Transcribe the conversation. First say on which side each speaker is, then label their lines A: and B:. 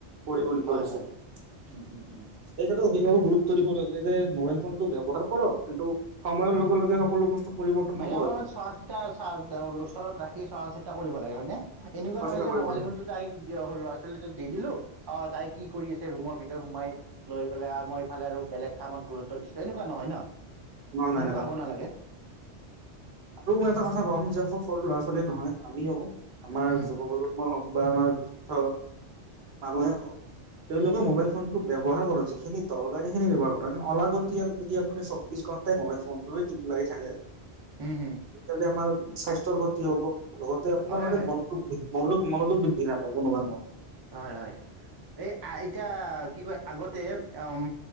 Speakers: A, on the right; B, on the right.
A: পৰিগণিত
B: হয়
A: হৈছে।
B: হয়
A: তাৰ
B: উম উম উম
A: পিছত অভিভাৱক গুৰুত্ব দিব লাগে যে মোবাইল ফোন টো ব্যৱহাৰ কৰক কিন্তু সময়ৰ লগে লগে সকলো বস্তু পৰিৱৰ্তন
B: মায়েও
A: হ'বই
B: মানে অকমান চোৱা চিতা ওচৰত ৰাখি চোৱা চিতা কৰিব লাগে হয় নে? এনেকুৱা
A: চোৱা
B: নহয়
A: চিতা
B: যে
A: কৰিব
B: মোবাইল
A: লাগে
B: ফোনটো তাইক ল'ৰা ছোৱালীটোক দি দিলো অ' তাই কি কৰি আছে ৰুমৰ ভিতৰত সোমাই লৈ পেলাই আৰু মই ইফালে আৰু বেলেগ কামত গুৰুত্ব দিছো এনেকুৱা নহয় ন।
A: নহয়
B: তেনেকুৱা
A: নহয় এনেকুৱা
B: হ'ব নালাগে।
A: আৰু মই এটা কথা ক'ম যে অকল সৰু ল'ৰা ছোৱালীয়ে নহয় আমিও আমাৰ
B: উম
A: যুৱ প্ৰজন্মই হওক বা আমাৰ জুস্থ মানুহে হওক। তেওঁলোকে মোবাইল ফোনটো ব্যৱহাৰ কৰ যিখিনি দৰকাৰ সেইখিনি ব্যৱহাৰ কৰক অলাগতিয়াল যদি আপুনি চ মইবাইল ফোনটোৱে টি লাগি থাকে।
B: উম - উম।
A: তেতিয়াহ'লে আমাৰ স্বাস্থ্যৰ ক্ষতি হ'ব লগতে আপোনাৰ
B: হয়
A: মানে
B: হয়
A: মনোযোগ মনোগ মনোযোগ বৃদ্ধি নাপায় কোনোবাই মত
B: হয়- হয় এই আইতা কি কয় আগতে উম